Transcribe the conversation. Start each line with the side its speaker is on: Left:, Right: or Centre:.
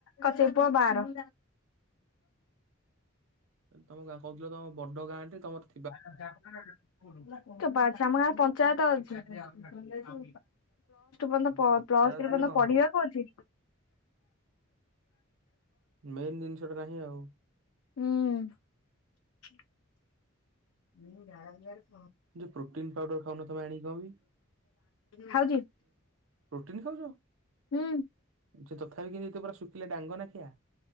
Left: କଚେ ପୁଅ ବାର।
Right: ତମ ଗାଁ କହୁଥିଲ ତମବଡ ଗାଁ ଟେ ତମ ତ
Left: <unintelligible> ଚୋପା ଅଛି ଆମ ଗାଁରେ ପଞ୍ଚାୟତ ଅଛି ପ୍ଲସ ତୁ ପର୍ଯ୍ୟନ୍ତ ପ
Right: ପଞ୍ଚାୟତ
Left: ପ୍ଲସ୍ ଥ୍ରୀ
Right: ଥିଲେ
Left: ପର୍ଯ୍ୟନ୍ତ
Right: କଣ
Left: ପଢିବାକୁ
Right: ହବ?
Left: ଅଛି।
Right: ମେନ୍ ଜିନିଷ ଟା ନାହିଁ ଆଉ
Left: ହୁଁ। <unintelligible>
Right: ଯୋ ପ୍ରୋଟିନ ପାଉଡର ଖାଉନ ତମେ ତମ ଆଣିକି ଖାଉନ।
Left: ଖାଉଚି।
Right: ପ୍ରୋଟିନ ଖାଉଛ
Left: ହୁଁ।
Right: ସେ ତଥାପି କିି ଜେତେପରା ଶୁଖିଲା ଡାଙ୍ଗ ନାଖିଆ।